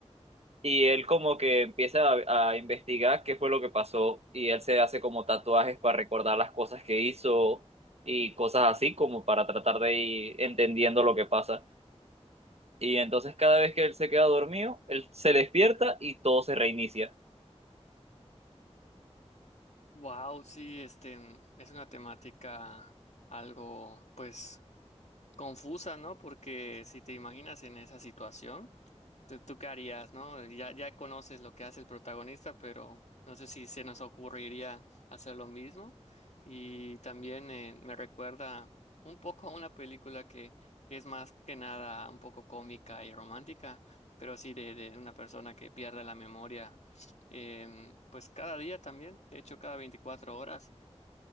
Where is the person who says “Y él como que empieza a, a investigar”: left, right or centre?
Right